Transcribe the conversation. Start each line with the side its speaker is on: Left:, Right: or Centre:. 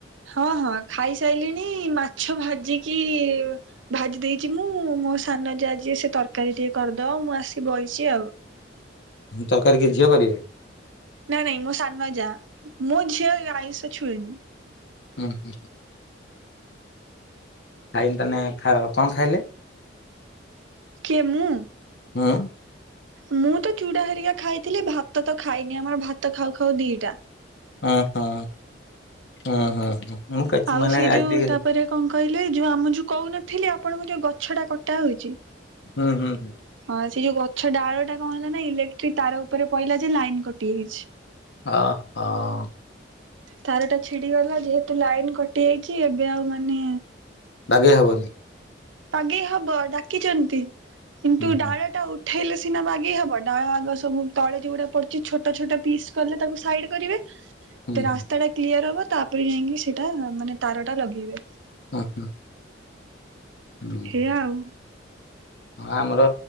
Right: ହଁ, ହଁ ଖାଇସାଇଲିଣି। ମାଛ ଭାଜିକି ଭାଜି ଦେଇଚି ମୁଁ ମୋ ସାନ ଯା ଯିଏ ସେ ତରକାରୀ ଟିକେ କରିଦବ ମୁଁ ଆସିି ବଇଛି ଆଉ।
Left: ତରକାରୀ କିଏ ଝିଅ କରିବେ?
Right: ନାଇଁ ନାଇଁ ମୋ ସାନ ଯା ମୋ ଝିଅ ଏ ଆଇଁଷ ଛୁଏଁନି।
Left: ଉଁ ହୁଁ ଖାଇନି ତାହେନେ ଖା କଣ ଖାଇଲେ?
Right: କିଏ ମୁଁ?
Left: ହୁଁ
Right: ମୁଁ ତ ଚୁଡା ହେରିକା ଖାଇଥିଲି ଭାତ ତ ଖାଇନି ଆମର ଭାତ ଖାଉ ଖାଉ ଦିଟା।
Left: ହଁ ହଁ ହଁ ହଁ ହଁ ମୁଁ କେତେ
Right: ଆଉ
Left: ମାନେ
Right: ସେ
Left: ଆଜିି
Right: ଯୋଉ ତାପରେ କଣ କହିଲେ ଯୋଉ ଆମ ଯୋଉ କହୁନଥିଲି ଆପଣଙ୍କୁ ଯୋଉ ଗଛଟା କଟା ହଉଛି
Left: ହୁଁ, ହୁଁ।
Right: ହଁ ସେ ଯୋଉ ଗଛ ଡାଳଟା କଣ ହେଲା ନା ଇଲେକ୍ଟ୍ରିକ୍ ତାର ଉପରେ ପହିଲା ଯେ ଲାଇନ କଟି ଯାଇଛି।
Left: ଅ ହ
Right: ତାର ଟା ଛିଡି ଗଲା ଯେହେତୁ ଲାଇନ କଟି ଯାଇଛି ଏବେ ଆଉ ମାନେ
Left: ବାଗେଇ ହବନି।
Right: ପାଗେଇ ହବ ଡାକିଛନ୍ତି କିନ୍ତୁ
Left: ହୁଁ ହୁଁ
Right: ଡାଳ ଟା ଉଠେଇଲେ ସିନା ବାଗେଇ ହବ ଡାଳ ଆଗ ସବୁ ତଳେ ଯୋଉଗୁଡା ପଡିଛି ଛୋଟ ଛୋଟ ପିସ୍ କଲେ ତାକୁ ସାଇଡ୍ କରିବେ।
Left: ହୁଁ
Right: ରାସ୍ତାଟା
Left: ହୁଁ
Right: କ୍ଲିୟର ହବ ତାପରେ ଯାଇକି ସେଟା ମାନେ ତାରଟା ଲଗେଇବେ।
Left: ଓ ହଁ ହୁଁ
Right: ହେଇଆ
Left: ହୁଁ।
Right: ଆଉ
Left: ଆମର